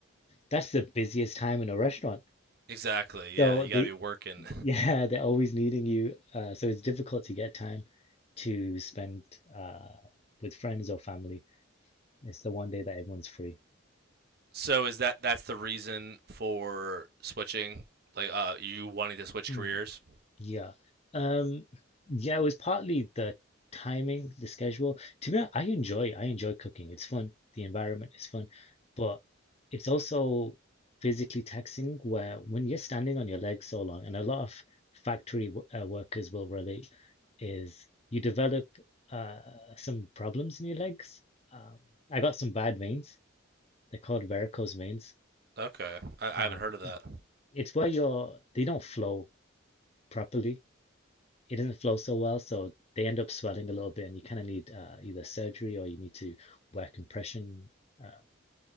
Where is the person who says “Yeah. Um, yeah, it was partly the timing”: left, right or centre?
Left